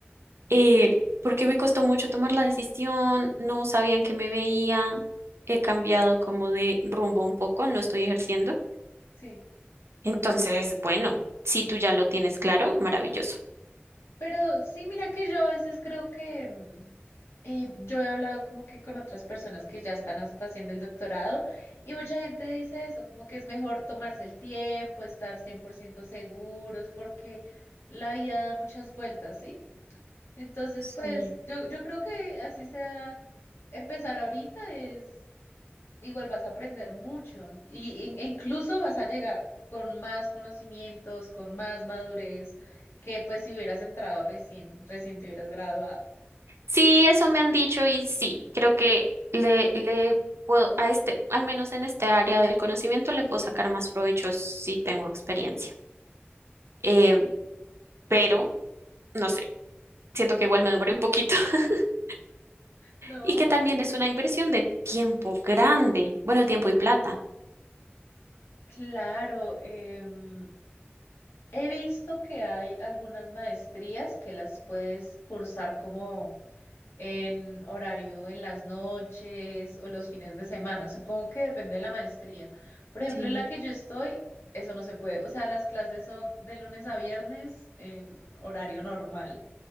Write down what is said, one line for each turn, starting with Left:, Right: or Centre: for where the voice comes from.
Right: Eh, porque me costó mucho tomar la decisión, no sabían que me veía, he cambiado como de rumbo un poco, no estoy ejerciendo.
Left: Sí.
Right: Entonces, bueno, si tú ya lo tienes claro, maravilloso.
Left: Pero sí, mira que yo a veces creo que mm, eh, yo he hablado como que con otras personas que ya están hasta haciendo el doctorado y mucha gente dice eso, como que es mejor tomarse el tiempo, estar 100% seguros porque la vida da muchas vueltas, ¿sí? Entonces,
Right: Sí.
Left: pues yo, yo creo que así sea, empezar ahorita es igual vas a aprender mucho y, in- e incluso vas a llegar con más conocimientos, con más madurez que pues si hubieras entrado recién, recién te hubieras graduado.
Right: Sí, eso me han dicho y sí, creo que le, le puedo, a este, al menos en este área del conocimiento, le puedo sacar más provecho si tengo experiencia. Eh, pero, no sé. Siento que igual me demoré un poquito <laughs>
Left: No,
Right: y que también es una inversión de tiempo grande, bueno, tiempo y plata.
Left: claro, em, he visto que hay algunas maestrías que las puedes cursar como en horario en las noches o los fines de semana. Supongo que depende de la maestría. Por ejemplo,
Right: Sí.
Left: en la que yo estoy, eso no se puede. O sea, las clases son de lunes a viernes en horario normal.